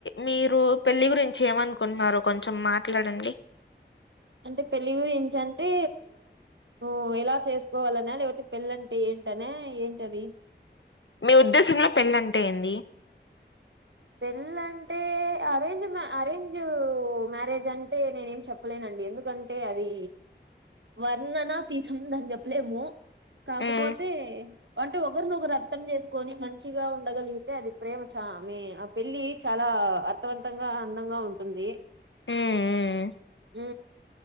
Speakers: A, on the left (about 85°); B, on the right (about 80°).
A: మీరు పెళ్ళి గురించి ఏమనుకున్నారు కొంచం మాట్లాడండి
B: అంటె పెళ్ళిగురించంటే ఓ ఎలా చేస్కోవాలన లేవోతె పెళ్ళంటే ఏంటనా ఏంటది
A: మీ ఉద్దేశంలో పెళ్ళంటే ఏంది
B: పెళ్ళంటే అరేంజు మ్యా అరేంజూ మ్యారేజంటే నేనేమ్ చొప్ ప్పలేనండి ఎందుకంటే అదీ వర్ణనాతీతం దాన్ జొప్లేము కాకబోతే
A: మ్మ్
B: వంటే ఒగర్నొగరు అర్థం జేస్కొని మంచిగా ఉండగలిగితే అది ప్రేమ చా మే అప్ పెళ్లీ చాలా అర్థవంతంగా అందంగా ఉంటుంది
A: మ్మ్
B: ఊ